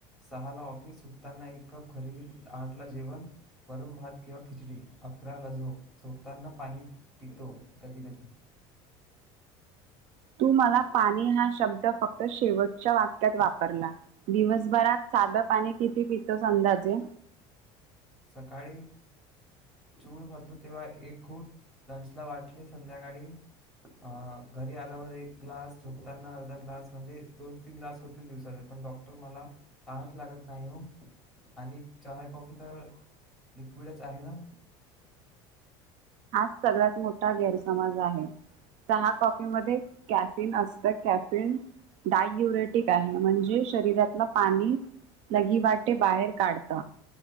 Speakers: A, in the centre; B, on the right.
A: -सहा ला ऑफीस सुटताना एक कप घरी आठ ला जेवण वरून भात किंवा खिचडी अकरा ल झो झोपताना पाणी पितो कधी कधी
B: तू मला पाणी हा शब्द फक्त शेवटच्या वाक्यात वापरला दिवसभरात साधं पाणी किती पितोस अंदाजे
A: सकाळी चूड भरतो तेव्हा एक घोट लंच ला वाटले संध्याकाळी अ घरी आल्यावर एक ग्लास झोपताना अर्धा ग्लास म्हणजे दोन -तीन ग्लास होतील, दिवसाात पण डॉक्टर मला तहानच लागत नाही ओ आणि चहा कॉफी तर लिक्विडच आहे ना?
B: हाच सगळ्यात मोठा गैरसमाज आहे चहा कॉपीमध्येध्ये कॅफिन असतं, कॅफिन डाययुरेटिक आहे म्हणजे शरीरातला पाणी लगीवाटे बाहेर काढत.